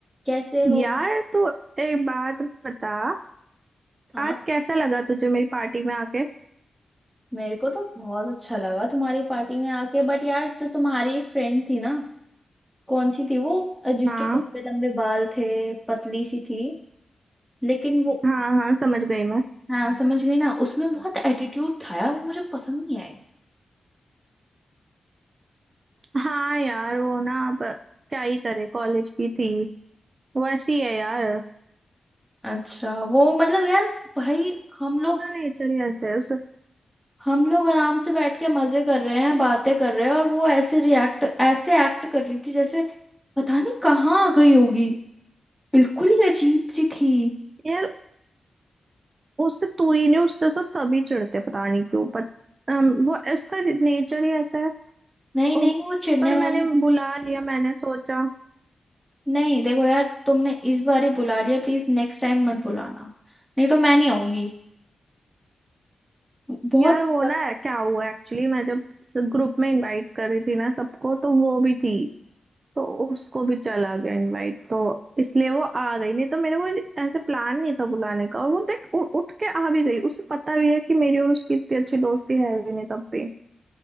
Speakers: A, in the centre; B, on the right.
A: कैसे हो
B: यार तो एक बात बता
A: आप
B: आज कैसा लगा तुझे मेरी पार्टी में आके
A: मेरे को तो बहुत अच्छा लगा तुम्हारी पार्टी में आके बट यार जो तुम्हारी एक फ्रेंड थी ना कौन सी थी वो अ, जिसके
B: हाँ
A: लंबे लंबे बाल थे पतली सी थी लेकिन वो
B: हाँ हाँ समझ गई मैं
A: हाँ समझ गई ना उसमें बहुत एटीट्यूड था यार वो मुझे पसंद नहीं आई
B: हाँ यार वो ना अब क्या ही करे कॉलेज की थी वो ऐसी है यार
A: अच्छा वो मतलब यार भाई हम लोग
B: उसका नेचर ही ऐसा है उस
A: हम लोग आराम से बैठ के मजे कर रहे हैं बातें कर रहे हैं और वो ऐसे रिएक्ट ऐसे एक्ट कर रही थी जैसे पता नहीं कहाँ आ गई होगी बिल्कुल ही अजीब सी थी
B: यार उससे तू ही नहीं उससे तो सभी चिढ़ते पता नहीं क्यों पर अम, वो इसका नेचर ही ऐसा है
A: नहीं
B: ओ,
A: नहीं वो चिढ़ने
B: पर
A: वाली
B: मैंने बुला लिया मैंने सोचा
A: नहीं देखो यार तुमने इस बार ही बुला लिया प्लीज नेक्स्ट टाइम मत बुलाना नहीं तो मैं नहीं आऊंगी बहुत
B: यार वो
A: ब-
B: ना क्या हुआ एक्चुअली मैं जब ग्रुप में इनवाइट कर रही थी ना सबको तो वो भी थी तो उसको भी चला गया इनवाइट तो इसलिए वो आ गई नहीं तो मेरा कोई ऐसे प्लान नहीं था बुलाने का और वो देख उ, उठ के आ भी गई उसे पता भी है कि मेरी और उसकी इतनी अच्छी दोस्ती है भी नहीं तब भी